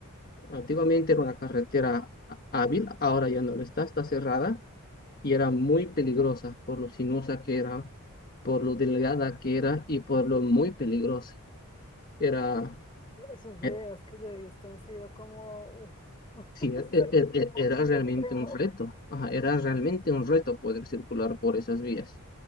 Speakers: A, on the left (about 40°); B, on the left (about 20°).
A: antiguamente era una carretera há- hábil, ahora ya no lo está, está cerrada y era muy peligrosa por lo sinuosa que era, por lo delgada que era y por lo muy peligrosa. Era,
B: Esos videos
A: eh,
B: que yo he visto han sido como, uff, <laughs>
A: sí, e- e- e- e, era
B: muy
A: realmente
B: extremo.
A: un reto, ajá, era realmente un reto poder circular por esas vías.